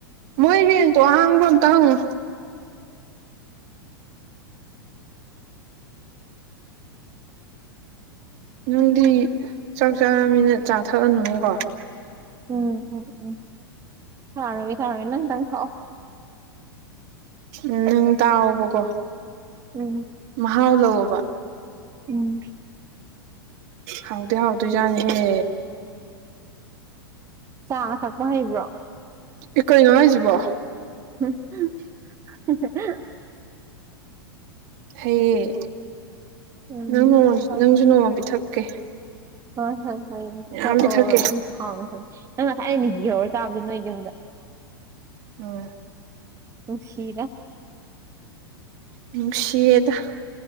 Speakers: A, on the right; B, on the right.
A: ꯃꯣꯏꯚꯦꯟꯗꯣ ꯑꯍꯥꯡꯕ ꯑꯝꯇ ꯍꯪꯉꯨ ꯅꯪꯗꯤ ꯆꯥꯛ ꯆꯥ ꯃꯤꯅꯠ ꯆꯥ ꯊꯛꯑꯅꯨꯅꯦꯀꯣ
B: ꯎꯝ ꯎꯝ ꯎꯝ ꯎꯝ ꯊꯥꯔꯣꯏꯒ ꯊꯥꯔꯣꯏ ꯅꯪꯇꯪ ꯊꯥꯎꯑꯣ
A: ꯎꯝ ꯅꯪ ꯇꯥꯎꯑꯣꯕꯀꯣ
B: ꯎꯝ
A: ꯃꯍꯥꯎ ꯂꯧꯋ ꯀꯕ
B: ꯎꯝ
A: ꯍꯥꯎꯗ ꯍꯥꯎꯗ ꯌꯥꯅꯤꯍꯦ
B: ꯆꯥꯕ ꯊꯛꯄ ꯍꯩꯕ꯭ꯔꯣ
A: ꯑꯩꯈꯣꯏ ꯉꯅꯨꯡꯉꯥꯏꯁꯤꯕꯣ
B: <inaudible>
A: ꯍꯌꯦꯌꯦ
B: ꯎꯝ
A: ꯅꯪ ꯅꯣꯡꯃ
B: ꯍꯣꯏ
A: ꯅꯪꯁꯨ
B: ꯍꯣꯏ
A: ꯅꯣꯡꯃ ꯄꯤꯊꯛꯀꯦ
B: ꯍꯣꯏ ꯍꯣꯏ
A: ꯃꯌꯥꯝ
B: ꯍꯣꯏ
A: ꯄꯤꯊꯛꯀꯦ
B: ꯌꯥꯝ ꯍꯥꯎ ꯊ ꯅꯪ ꯉꯁꯥꯏ ꯑꯅꯤ ꯌꯍꯔ ꯆꯥꯕꯗ ꯅꯣꯏ ꯌꯨꯝꯗ
A: ꯑꯝ
B: ꯅꯨꯡꯁꯤꯗ
A: ꯅꯨꯡꯁꯤꯌꯦꯗ